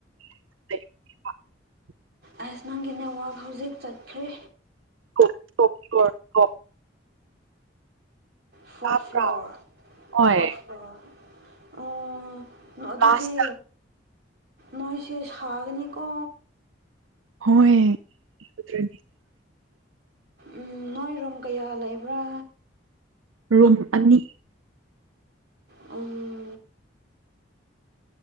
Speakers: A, on the right; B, on the right.
A: <unintelligible>
B: ꯑꯌꯨꯁꯃꯥꯟꯒꯤ ꯅꯦꯠꯋꯥꯛ ꯍꯧꯖꯤꯛ ꯆꯠꯈ꯭ꯔꯦ
A: ꯇꯣꯞ <unintelligible> ꯇꯣꯞ
B: ꯐꯣꯔꯊ
A: ꯇꯥꯕ꯭ꯔꯥ
B: ꯐ꯭ꯂꯣꯔ
A: ꯍꯣꯏ
B: ꯐꯣꯔꯊ ꯐ꯭ꯂꯣꯔ ꯑꯣ ꯑꯗꯨꯗꯤ
A: ꯀ꯭ꯂꯥꯁ
B: ꯅꯣꯏꯁꯦ ꯁꯥꯒꯅꯤꯀꯣ
A: ꯍꯣꯏ <unintelligible>
B: ꯎꯝ ꯅꯣꯏꯔꯣꯝ ꯀꯌꯥ ꯂꯩꯕ꯭ꯔꯥ
A: ꯔꯨꯝ ꯑꯅꯤ
B: ꯎꯝ